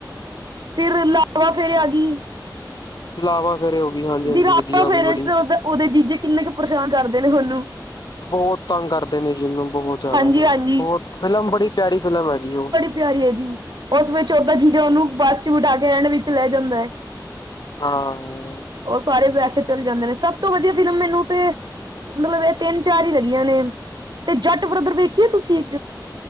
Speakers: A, on the right; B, on the left.
A: ਫਿਰ, ਲਾਵਾ-ਫੇਰੇ ਆਗੀ।
B: ਲਾਵਾਂ ਫੇਰੇ ਹੋਗੀ, ਹਾਂਜੀ-ਹਾਂਜੀ
A: ਜੀ ਲਾਵਾ
B: ਵਧੀਆ ਉਹ
A: ਫੇਰੇ
B: ਵੀ ਬੜੀ।
A: ਚ ਉਹਦਾ- ਉਹਦੇ ਜੀਜੇ ਕਿੰਨੇ ਕ ਪਰੇਸ਼ਾਨ ਕਰਦੇ ਨੇ ਉਹਨੂੰ।
B: ਬਹੁਤ ਤੰਗ ਕਰਦੇ ਨੇ ਜੀ, ਉਹਨੂੰ ਬਹੁਤ ਜ਼ਿਆਦਾ,
A: ਹਾਂਜੀ ਹਾਂਜੀ
B: ਬਹੁਤ, ਫਿਲਮ ਬੜੀ ਪਿਆਰੀ ਫਿਲਮ ਹੈਗੀ ਉਹ।
A: ਪਿਆਰੀ ਏ ਜੀ, ਉਸ ਵਿੱਚ ਓਦਾ ਜੀਜਾ ਉਹਨੂੰ ਬੱਸ'ਚ ਬਿਠਾਕੇ ਐਂਡ ਵਿੱਚ ਲੈ ਜਾਂਦੈ।
B: ਹਾਂ-ਹਾਂ
A: ਓ ਸਾਰੇ ਵੈਖ ਕੇ ਚਲੇ ਜਾਦੇ ਨੇ ਸਭ ਤੋਂ ਵਧੀਆ ਫਿਲਮ ਮੈਨੂੰ ਤੇ ਮਤਲਬ ਏ ਤਿੰਨ-ਚਾਰ ਹੀ ਲੱਗੀਆਂ ਨੇ ਤੇ ਜੱਟ ਬ੍ਰਦਰ ਵੇਖੀਏ ਤੁਸੀਂ